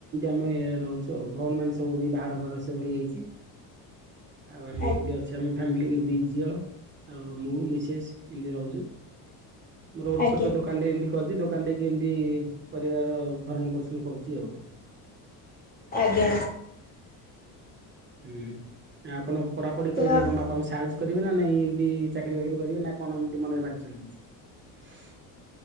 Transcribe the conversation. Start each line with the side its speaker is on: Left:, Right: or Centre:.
Right: ଆମେ ରହୁଛୁ ଆଉ ଭଉଣୀ ମାନେ ସବୁ ବି ବାହାଘର ଫାଘର ସବୁ ହେଇଯାଇଛି। ଆଉ ଆମେ
Left: ଆ
Right: ଏଇଠି ଅଛୁ ଆମ ଫ୍ୟାମିଲି ଦି ଝିଅ ଆଉ ମୁଁ ମିସେସ ଏମିତି ରହୁଛୁ। ମୋର ଗୋଟେ
Left: ଆଜ୍ଞା
Right: ଛୋଟ ଦୋକାନ ରଟେ ଏମିତି କରିଛି ଦୋକାନ ଟା ବି ଏମିତି ପରିବାର ଭରଣ ପୋଷଣ କରୁଛି ଆଉ।
Left: ଆଜ୍ଞା।
Right: ହୁଁ ଆପଣ ପଢାପଢି
Left: ତ
Right: କରିକି
Left: ଆପ-
Right: କଣ ବାପାଙ୍କୁ ସାହାଯ୍ୟ କରିବେ ନା ନାଇଁ ଏମତି ଚାକିରି ଫାକିରି କରିବେ ନା କଣ ଏମିତି ମନରେ ଭାବିଛନ୍ତି କିଛି?